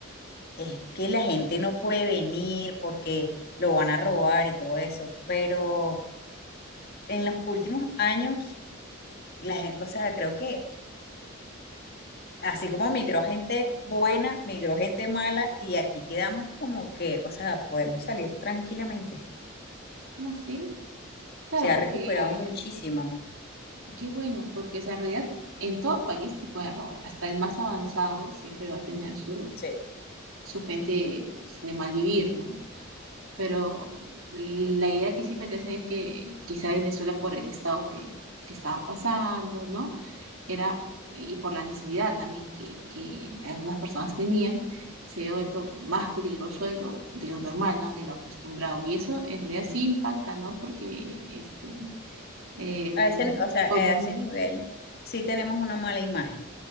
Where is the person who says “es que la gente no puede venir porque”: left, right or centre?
Left